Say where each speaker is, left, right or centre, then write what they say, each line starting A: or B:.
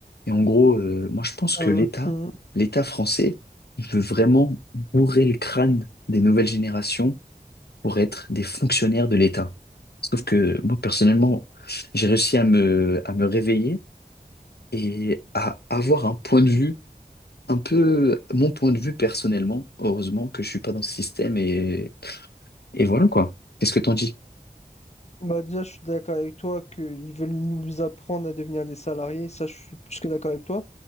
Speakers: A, on the left (about 80°); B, on the left (about 40°).
A: Et en gros, euh, moi je pense
B: Mhm.
A: que l'État, l'État français, il veut vraiment bourrer le crâne des nouvelles générations pour être des fonctionnaires de l'État. Sauf que moi, personnellement, j'ai réussi à me, à me réveiller et à avoir un point de vue, un peu mon point de vue personnellement. Heureusement que je suis pas dans ce système et, et voilà quoi. Qu'est-ce que t'en dis?
B: Bah déjà, je suis d'accord avec toi qu'ils veulent nous apprendre à devenir des salariés. Ça, je suis plus que d'accord avec toi.